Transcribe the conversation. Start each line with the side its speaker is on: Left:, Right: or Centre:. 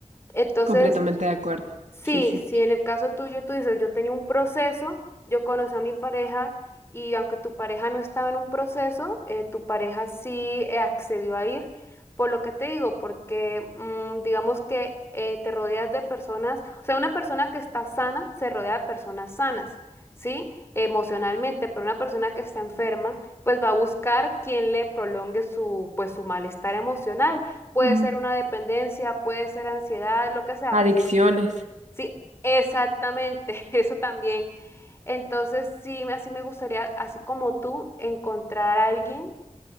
Left: Entonces,
Right: Completamente de acuerdo.
Left: Sí,
Right: Sí, sí.
Left: si en el caso tuyo tú dices, yo tenía un proceso, yo conocí a mi pareja y aunque tu pareja no estaba en un proceso, eh, tu pareja sí eh, accedió a ir, por lo que te digo, porque mm, digamos que eh, te rodeas de personas, o sea, una persona que está sana se rodea de personas sanas, ¿sí? Emocionalmente, pero una persona que está enferma, pues va a buscar quien le prolongue su, pues, su malestar emocional. Puede
Right: Mm.
Left: ser una dependencia, puede ser ansiedad, lo que sea,
Right: Adicciones.
Left: pues Sí, exactamente, <laughs> eso también. Entonces, sí, me- así me gustaría, así como tú, encontrar a alguien